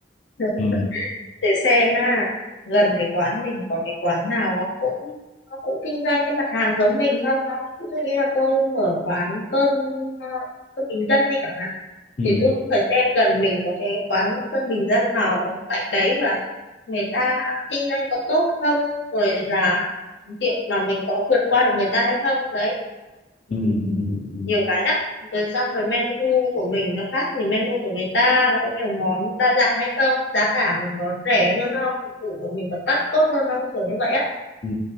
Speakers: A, on the left; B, on the left.
A: <laughs>
B: ừ.
A: để xem à, gần cái quán mình có cái quán nào nó cũng nó cũng kinh doanh cái mặt hàng giống mình không nó ví dụ như là tôi mở quán cơm à, cơm bình dân đi chẳng hạn
B: Ừ.
A: thì tôi cũng phải xem gần mình có cái quán cơm bình dân nào tại đấy và người ta kinh doanh có tốt không rồi là liệu là mình có vượt qua được người ta hay không đấy Ừ.
B: Ừ, ừ, ừ,
A: nhiều cái lắm rồi xong rồi menu của mình nó khác thì menu của người ta nó có nhiều món đa dạng hay không giá cả mình có rẻ hơn không dịch vụ của mình có đắt tốt hơn không kiểu như vậy á
B: ừ.